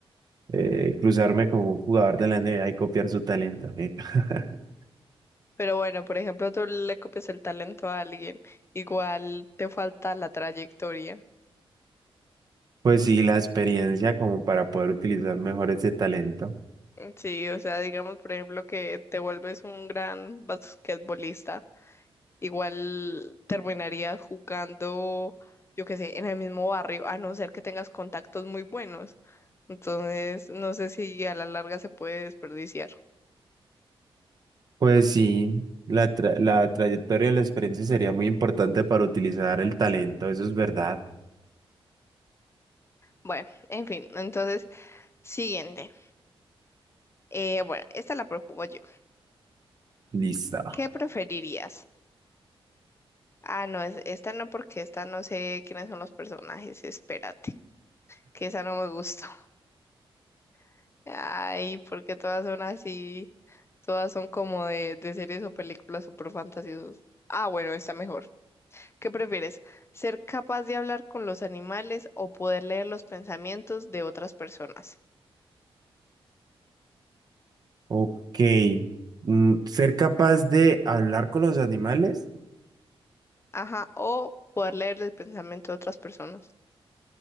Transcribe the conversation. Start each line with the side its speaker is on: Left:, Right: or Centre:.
Right: eh, cruzarme con un jugador de la NBA y copiar su talento. ¿eh? <laughs>
Left: Pero bueno, por ejemplo, tú le copias el talento a alguien, igual te falta la trayectoria.
Right: Pues sí, la experiencia como para poder utilizar mejor ese talento.
Left: Sí, o sea, digamos, por ejemplo, que te vuelves un gran basquetbolista, igual terminarías jugando, yo qué sé, en el mismo barrio, a no ser que tengas contactos muy buenos. Entonces, no sé si a la larga se puede desperdiciar.
Right: Pues sí, la, tra- la trayectoria de la experiencia sería muy importante para utilizar el talento, eso es verdad.
Left: Bueno, en fin, entonces, siguiente. Eh, bueno, esta la propongo yo.
Right: Listo.
Left: ¿Qué preferirías? Ah, no, es- esta no, porque esta no sé quiénes son los personajes. Espérate, que esa no me gustó. <laughs> Ay, porque todas son así. Todas son como de, de series o películas súper fantasiosas. Ah, bueno, está mejor. ¿Qué prefieres? ¿Ser capaz de hablar con los animales o poder leer los pensamientos de otras personas?
Right: Ok. Mm, Ser capaz de hablar con los animales.
Left: Ajá, o poder leer el pensamiento de otras personas.